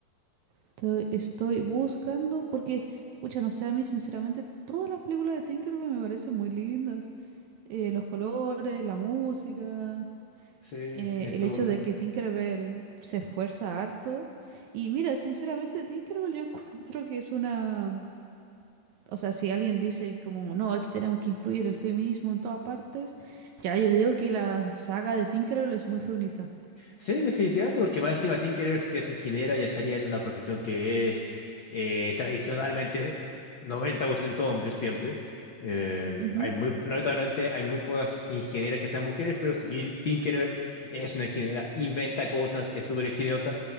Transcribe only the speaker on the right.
Estoy, estoy buscando, porque, pucha, no sé, a mí sinceramente todas las películas de Tinkerbell me parecen muy lindas. eh, los colores, la música,
eh,
el
hecho
de que Tinkerbell se esfuerza harto. Y mira, sinceramente, Tinkerbell yo <laughs> encuentro que es una... O sea, si alguien dice como, no, aquí tenemos que incluir el feminismo en todas partes, ya yo digo que la saga de Tinkerbell es muy feminista.
Ujú,